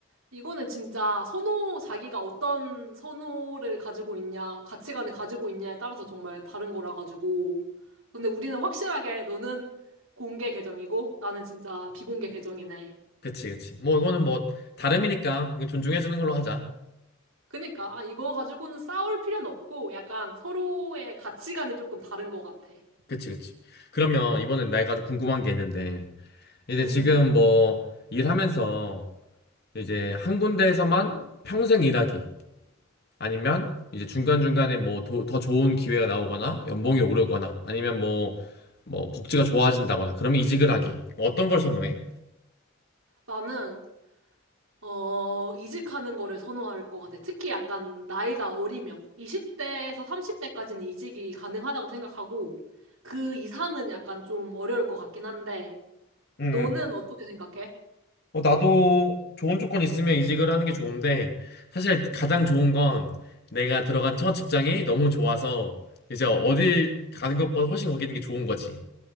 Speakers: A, on the right; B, on the left.
A: 이거는 진짜 선호, 자기가 어떤 선호를 가지고 있냐, 가치관을 가지고 있냐에 따라서 정말 다른 거라 가지고. 근데 우리는 확실하게 너는 공개 계정이고 나는 진짜 비공개 계정이네.
B: 그치, 그치. 뭐 이거는 뭐 다름이니까 이건 존중해주는 걸로 하자.
A: 그니까 아, 이거 가지고는 싸울 필요는 없고 약간 서로의 가치관이 조금 다른 것 같아.
B: 그치, 그치. 그러면 이번엔 내가 좀 궁금한 게 있는데, 이제
A: 응, 응.
B: 지금 뭐 일하면서 이제 한 군데에서만 평생 일하기, 아니면 이제 중간중간에 뭐 더 좋은 기회가 나오거나, 연봉이 오르거나, 아니면 뭐, 뭐 복지가 좋아진다거나, 그러면 이직을 하기. 어떤 걸 선호해?
A: 나는 어, 이직하는 거를 선호할 것 같아. 특히 약간 나이가 어리면 20대에서 30대까지는 이직이 가능하다고 생각하고 그 이상은 약간 좀 어려울 것 같긴 한데
B: 음,
A: 너는 어떻게 생각해?
B: 어, 나도 좋은 조건 있으면 이직을 하는 게 좋은데, 사실 가장 좋은 건 내가 들어간 첫 직장이 너무 좋아서, 이제 어딜 가는 것보다 훨씬 거기 있는 게 좋은 거지.